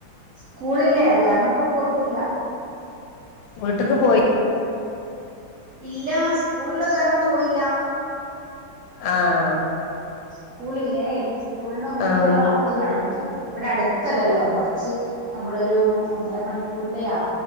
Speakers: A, on the right (about 75°); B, on the left (about 80°).
A: സ്കൂളില്ലേ അത് കാരണം ഇപ്പോ പോയിട്ടില്ല
B: വീട്ട്ക്ക് പോയി-
A: ഇല്ല സ്കൂള്ള്ളത് കാരണം പോയില്ല
B: ആഹ
A: സ്കൂള്ല്ലേ ഇനി സ്കൂൾന്ന് ഒന്നൊരു
B: ആ
A: അവധി വേണം എനിക്ക് ഇവിടെ അടുത്തല്ലല്ലോ കുറച്ച് നമ്മളൊരു ഒന്നര മണിക്കൂറിന്റെ യാ-